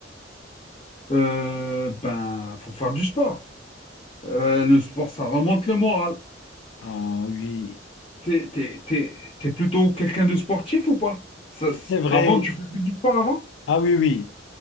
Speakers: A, on the left; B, on the left.
A: Euh, ben, faut faire du sport. Euh, le sport, ça remonte le moral.
B: Ah oui,
A: T'es, t'es, t'es- t'es plutôt quelqu'un de sportif ou pas? Ça, c'est-
B: c'est vrai.
A: avant, tu faisais du sport avant?
B: Ah oui, oui.